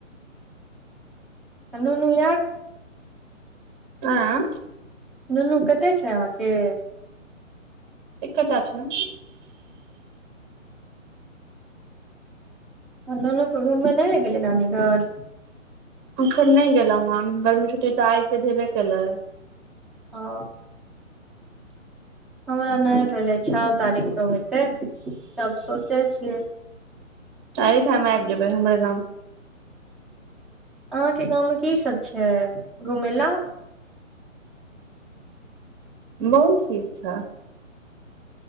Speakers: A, in the centre; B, on the right.
A: नूनू यार
B: आँ
A: नुनू कतेक छै अहाँके
B: एकेटा छै
A: आ नुनूके घूममे नहि ल गेलै नानी घर
B: अखन नहि गेलहुँ हन गर्मी छुट्टी तऽ आइसँ भेबे केलै
A: ओ हमरा नहि भेलै छओ तारीख के हो तै तब सोचै छियै
B: अहि ठइमे आबि जेबै हमर गाँव
A: अहाँके गाँवमे कीसभ छै घुमय ला
B: बहुत चीज छय